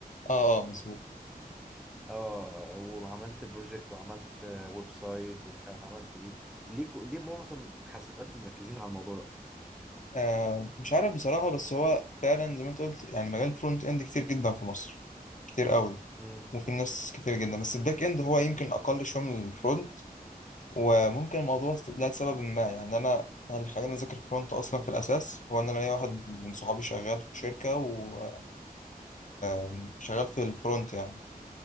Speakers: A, on the left; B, in the centre.
A: اه اه مظبوط
B: اه وعملت بروجكت وعملت آه، ويب سايت ومش عارف عملت ايه ليه كو- ليه معظم حاسبات مركزين على الموضوع ده
A: آه مش عارف بصراحه بس هو فعلا زي ما انت قلت يعني مجال فرونت اند كتير جدا في مصر كتير قوي
B: امم
A: وفي ناس كتير جدا بس الباك اند هو يمكن اقل شويه من الفرونت وممكن موضوع استبدال سبب ما يعني انا يعني خلينا نذاكر كرونت اصلا في الاساس هو ان انا ليا واحد من صحابي شغال في شركه و... وشغال في الفرونت يعني